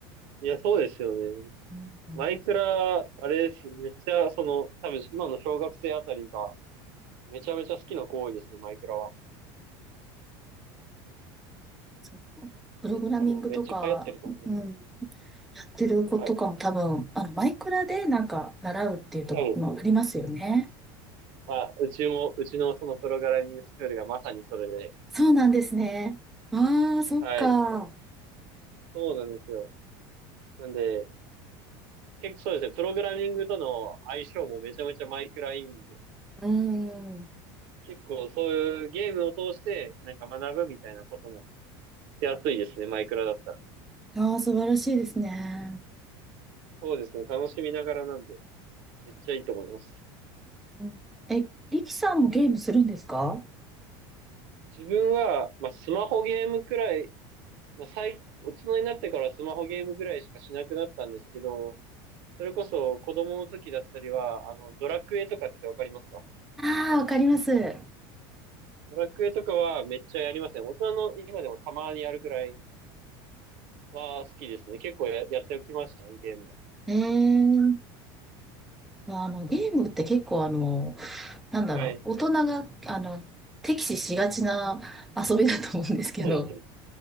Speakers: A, on the right; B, in the centre.
A: いや、そうですよね。
B: うん
A: マイクラ、あれです。めっちゃ、その、多分今の小学生あたりが、めちゃめちゃ好きな行為ですね、マイクラは。
B: そうプログラミングとか、
A: め、多分めっちゃ流行ってると思います。
B: うん、やってる子とかも多分、
A: はい。
B: あの、マイクラでなんか習うっていうとこもありますよね。
A: はい。あ、うちも、うちのそのプログラミングスクールがまさにそれで。
B: そうなんですね。ああ、そっか。
A: はい。そうなんですよ。なんで、結構そうですね、プログラミングとの相性もめちゃめちゃマイクラいいんで、
B: うん。
A: 結構そういうゲームを通して、なんか学ぶみたいなこともしやすいですね、マイクラだったら。
B: ああ、素晴らしいですね。
A: そうですね、楽しみながらなんで、めっちゃいいと思います。
B: うんえ、リキさんもゲームするんですか
A: 自分は、まあ、スマホゲームくらい、まあ、最、大人になってからスマホゲームぐらいしかしなくなったんですけど、それこそ子供の時だったりは、あの、ドラクエとかってわかりますか
B: ああ、わかります。え
A: ドラクエとかはめっちゃやりますね。大人の今でもたまにやるぐらいは好きですね。結構や、やっておきましたね、ゲームは。
B: えまあ、あの、ゲームって結構あの、なんだろう、
A: はい。
B: 大人が、あの、敵視しがちな遊びだと思うんですけど、
A: そうですね。